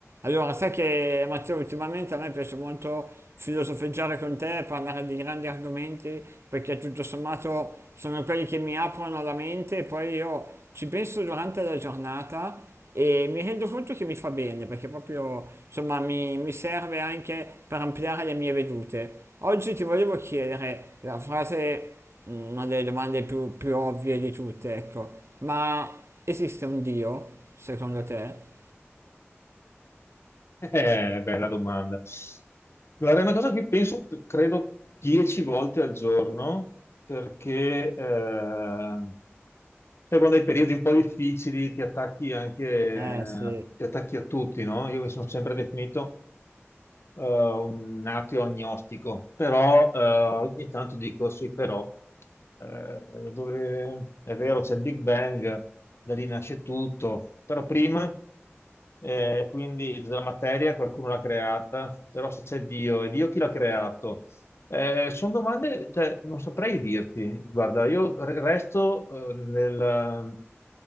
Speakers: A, on the right; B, on the left.
A: Allora, sai che Matteo, ultimamente a me piace molto filosofeggiare con te, parlare di grandi argomenti, perché tutto sommato sono quelli che mi aprono la mente e poi io ci penso durante la giornata e mi rendo conto che mi fa bene, perché proprio insomma mi, mi serve anche per ampliare le mie vedute. Oggi ti volevo chiedere la frase, mm, una delle domande più, più ovvie di tutte, ecco, ma esiste un Dio, secondo te?
B: Eh, bella domanda. Guarda, è una cosa a cui penso, credo, dieci volte al giorno, perché eh, sai, quando hai periodi un po' difficili ti attacchi anche,
A: Eh sì.
B: ti attacchi a tutti, no? Io mi sono sempre definito eh, un ateo agnostico, però eh, ogni tanto dico sì, però eh, dove- è vero c'è il Big Bang, da lì nasce tutto, però prima eh, quindi la materia qualcuno l'ha creata, però se c'è Dio, e Dio chi l'ha creato? Eh, sono domande, cioè, non saprei dirti. Guarda, io re- resto eh, nel eh,